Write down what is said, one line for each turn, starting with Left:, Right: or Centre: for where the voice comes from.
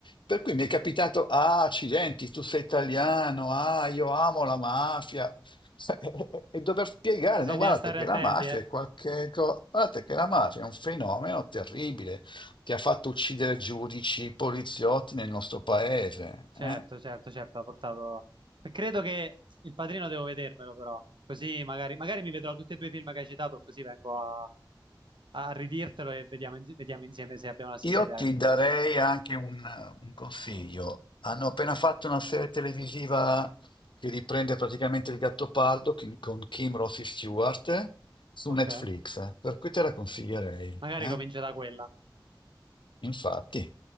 Left: Per cui mi è capitato, ah, accidenti, tu sei italiano, ah, io amo la mafia. Cioè, <laughs> E dover spiegare,
Right: Bisogna
Left: no, guardate
Right: stare
Left: che
Right: attenti,
Left: la mafia
Right: eh.
Left: è qualche cosa, guardate che la mafia è un fenomeno terribile che ha fatto uccidere giudici, poliziotti nel nostro paese.
Right: Certo,
Left: eh.
Right: certo, certo, ha portato... Credo che Il Padrino devo vedermelo, però. Così magari, magari mi vedrò tutti e due i film che hai citato, così vengo a, a ridirtelo e vediamo, ins- vediamo insieme se abbiamo la stessa
Left: Io
Right: idea.
Left: ti darei anche un, un consiglio. Hanno appena fatto una serie televisiva che riprende praticamente il Gattopardo chi- con Kim Rossi Stewart su
Right: Ok.
Left: Netflix, per cui te la consiglierei,
Right: Magari
Left: eh?
Right: comincia da quella.
Left: Infatti.